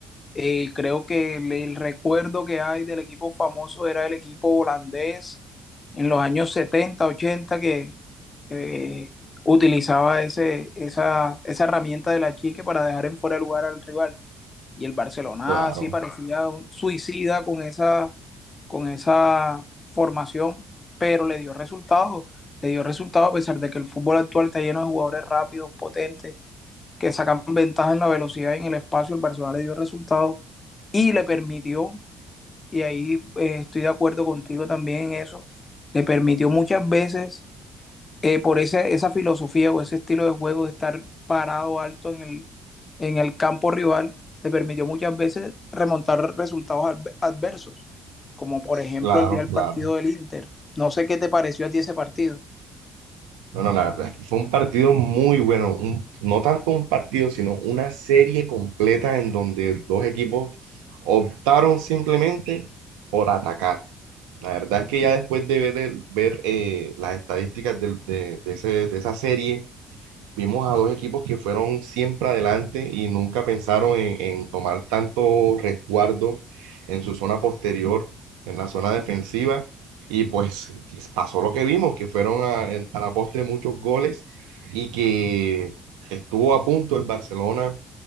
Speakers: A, on the left; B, on the right.
A: Eh, creo que el, el recuerdo que hay del equipo famoso era el equipo holandés en los años 70 ochenta que eh, utilizaba ese, esa, esa herramienta de la chique para dejar en fuera de lugar al rival y el Barcelona
B: Claro,
A: sí parecía un suicida con esa, con esa formación, pero le dio resultados, le dio resultados a pesar de que el fútbol actual está lleno de jugadores rápidos, potentes, que sacan ventaja en la velocidad y en el espacio, el Barcelona le dio resultados y le permitió, y ahí eh, estoy de acuerdo contigo también en eso, le permitió muchas veces eh, por esa, esa filosofía o ese estilo de juego de estar parado alto en el, en el campo rival, le permitió muchas veces remontar resultados adver- adversos, como por ejemplo
B: claro,
A: el día del
B: claro.
A: partido del Inter. No sé qué te pareció a ti ese partido.
B: Bueno, la verdad es que fue un partido muy bueno, un- no tanto un partido, sino una serie completa en donde dos equipos optaron simplemente por atacar. La verdad es que ya después de ver, el- ver eh, las estadísticas del- de, de ese- de esa serie, Vimos a dos equipos que fueron siempre adelante y nunca pensaron en, en tomar tanto resguardo en su zona posterior, en la zona defensiva. Y pues pasó lo que vimos, que fueron a, en- a la postre muchos goles y que estuvo a punto el Barcelona